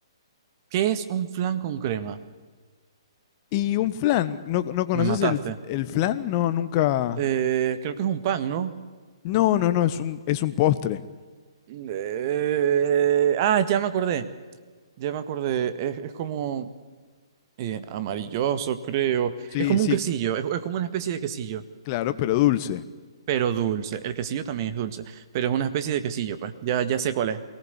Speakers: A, on the right; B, on the left.
A: ¿Qué es un flan con crema?
B: Y un flan, ¿no, no conoces
A: Me mataste.
B: el, el flan? No, nunca.
A: Eh, creo que es un pan, ¿no?
B: No, no, no, es un, es un postre.
A: Eh, ah, ya me acordé, ya me acordé. Es, es como eh, amarilloso, creo.
B: Sí,
A: Es como
B: sí,
A: un quesillo, es, es como una especie de quesillo,
B: claro, pero dulce.
A: pero dulce. El quesillo también es dulce, pero es una especie de quesillo, pues. Ya, ya sé cuál es.